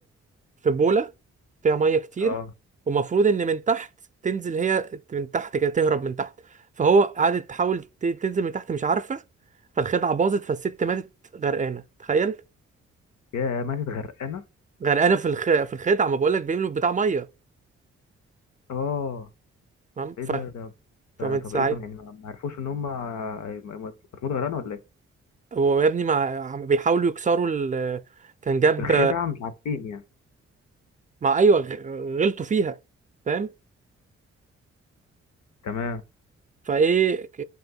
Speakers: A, on the right; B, on the left.
A: في بوله فيها ميه كتير
B: اه
A: ومفروض ان من تحت تنزل هي من تحت كده تهرب من تحت فهو قعدت تحاول ت- تنزل من تحت مش عارفه فالخدعه باظت فالست ماتت غرقانه تخيل
B: يا ماتت غرقانه
A: غرقانه في الخ... في الخدع ما بقولك بيملوا بتاع ميه
B: اه
A: تمام
B: ايه
A: ف...
B: ده ده
A: فمن
B: ده طب
A: ساعتها
B: ايه ده يعني ما ما عرفوش ان هم هيموت- هتموت غرقانه ولا ايه
A: هو يا ابني مع... عم بيحاولوا يكسروا ال... كان جاب
B: الخدعه مش عارفين يعني
A: مع ايوه غ- غلطوا فيها فاهم
B: تمام
A: فايه ك-